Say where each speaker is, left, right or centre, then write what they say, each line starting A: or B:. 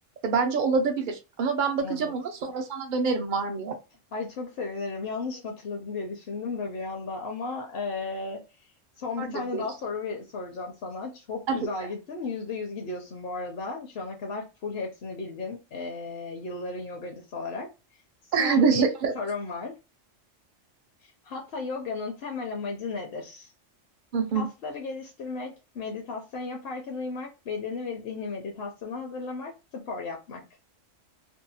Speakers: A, on the right; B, on the left.
A: E, bence olabilir. Ama ben bakacağım
B: Evet.
A: ona sonra sana dönerim var mı yok.
B: Ay çok sevinirim. Yanlış mı hatırladım diye düşündüm de bir anda ama eee, son
A: Vardır
B: bir tane
A: bir.
B: daha soru ver- soracağım sana. Çok
A: Tabii
B: güzel
A: ki.
B: gittin. Yüzde yüz gidiyorsun bu arada. Şu ana kadar full hepsini bildin. Eee, yılların yogacısı olarak. Son
A: <laughs> Teşekkür
B: bir
A: ederim.
B: sorum var. Hatha Yoga'nın temel amacı nedir?
A: Hı hı.
B: Kasları geliştirmek, meditasyon yaparken uyumak, bedeni ve zihni meditasyona hazırlamak, spor yapmak.